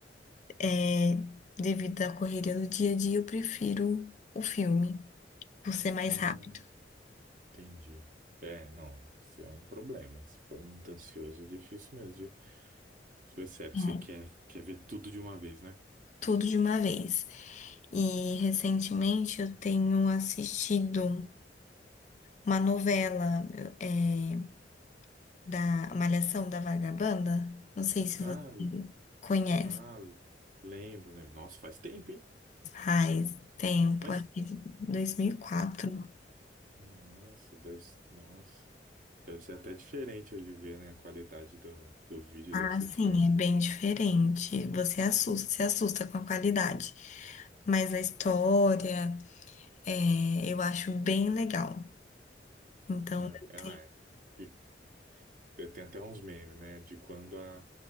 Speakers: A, on the left; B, on the right.
A: é, devido à correria do dia a dia, eu prefiro o filme, por ser mais
B: Ah,
A: rápido,
B: entendi. É, não, isso é um problema. Se for muito ansioso, é difícil mesmo. De... Se sério
A: né?
B: que você quer, quer ver tudo de uma vez, né?
A: Tudo de uma vez. E recentemente eu tenho assistido uma novela, é, da Malhação da Vagabanda. Não sei se
B: Ah,
A: você conhece.
B: ah, lembro, né? Nossa, faz tempo, hein?
A: Faz
B: Nossa.
A: tempo,
B: Mas,
A: acho que de dois mil e quatro
B: nossa, deve, nossa, deve ser até diferente de ver, né? A qualidade do, do vídeo
A: Ah,
B: deve ser
A: sim,
B: diferente.
A: é bem diferente. Você assusta, se assusta com a qualidade. Mas a história, é, eu acho bem legal. Então,
B: Ah,
A: eu
B: é.
A: tenho.
B: ah, é. E eu tenho até uns memes, né? De quando a,